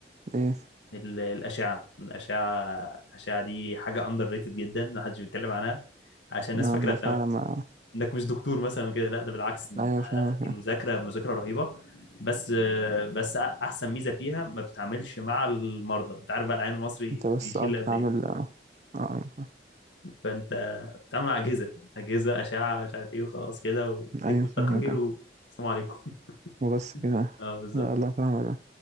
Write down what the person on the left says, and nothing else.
ال- الأشعة الأشعة الأشعة دي حاجة أندر ريتد جدا محدش بيتكلم عنها عشان الناس
فاكرة
إن
إنك مش دكتور مثلا وكده لا ده بالعكس إن
أنت-
دي مذاكرة مذاكرة رهيبة بس بس أحسن ميزة فيها ما بتتعاملش مع المرضى أنت عارف بقى العين المصري
بيشيل
قد
إيه
فأنت بتتعامل مع أجهزة أجهزة أشعة مش عارف إيه وخلاص كده وتكتب
تقرير
والسلام عليكم
<laughs> أه بالظبط